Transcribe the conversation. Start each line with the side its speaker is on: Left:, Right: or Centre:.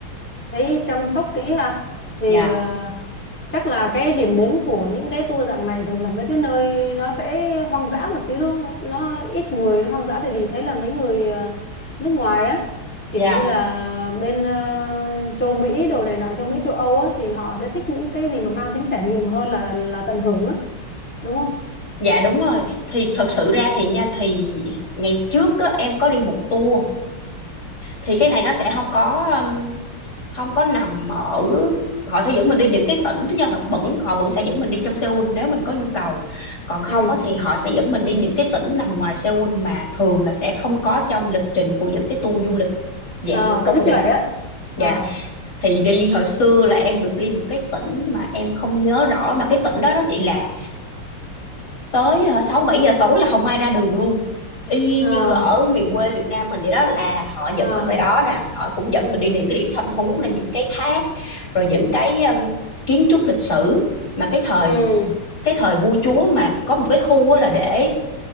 Centre: thấy chăm sóc kỹ ha thì
Left: nha
Centre: ờ, chắc là cái điểm đến của những cái tour dạng này thường là mấy cái nơi nó sẽ hoang dã một xíu đúng không nó, nó ít người nó hoang dã tại vì thấy là mấy người ờ, nước ngoài á kiểu
Left: dạ
Centre: như là bên ờ, châu Mỹ đồ này nọ châu Mỹ châu Âu á thì họ sẽ thích những cái gì mà mang tính trải nghiệm hơn là là tận hưởng á đúng không
Left: dạ đúng rồi thì thật sự ra thì nha thì ngày trước á, em có đi một tour thì cái này nó sẽ không có không có nằm ở họ sẽ dẫn mình đi những cái tỉnh tức là họ vẫn họ vẫn sẽ dẫn mình đi trong Seoul nếu mình có nhu cầu còn không
Centre: ừ
Left: á, thì họ sẽ dẫn mình đi những cái tỉnh nằm ngoài Seoul mà thường là sẽ không có trong lịch trình của những cái tour du lịch dạng
Centre: Ờ,
Left: công
Centre: tôi thích
Left: nghiệp
Centre: như vậy á
Left: dạ
Centre: ờ
Left: thì đi hồi xưa là em được đi một cái tỉnh mà em không nhớ rõ mà cái tỉnh đó đó chị là tới ờ, 6 7 giờ tối là không ai ra đường luôn. Y
Centre: ờ
Left: như ở miền quê Việt Nam mình vậy đó là họ dẫn
Centre: ờ
Left: mình tới đó nè, họ cũng dẫn mình đi những cái điểm thăm thú là những cái thác rồi những cái um, kiến trúc lịch sử mà cái thời
Centre: ừ
Left: cái thời vua chúa mà có một cái khu á là để